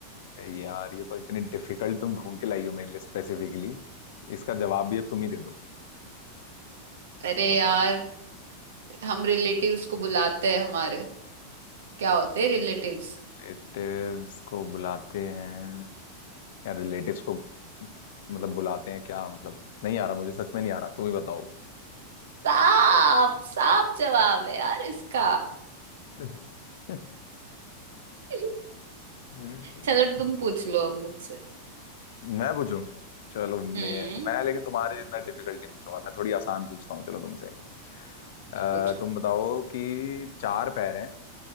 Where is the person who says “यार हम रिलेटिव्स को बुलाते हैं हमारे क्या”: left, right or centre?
Right